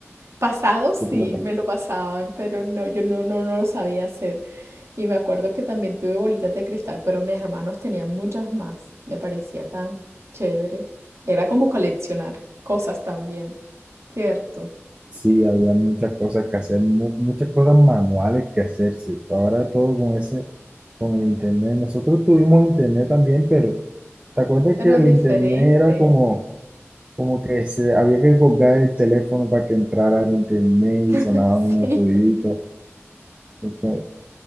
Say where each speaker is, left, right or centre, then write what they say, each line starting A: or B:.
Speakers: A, on the right; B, on the right.
A: pasado sí,
B: que te lo pa-
A: me lo pasaban, pero no, yo no, no, no lo sabía hacer. Y me acuerdo que también tuve bolitas de cristal, pero mis hermanos tenían muchas más. Me parecía tan chévere. Era como coleccionar cosas también, ¿cierto?
B: Sí, había muchas cosas que hacer, mu- muchas cosas manuales que hacer, sí. Ahora todo con ese, con el internet. Nosotros tuvimos internet también, pero ¿te acuerdas
A: Pero
B: que el
A: diferente.
B: internet era como, como que se, había que colgar el teléfono para que entrara al internet y
A: <laughs>
B: sonaban unos
A: Sí,
B: ruiditos? O, que-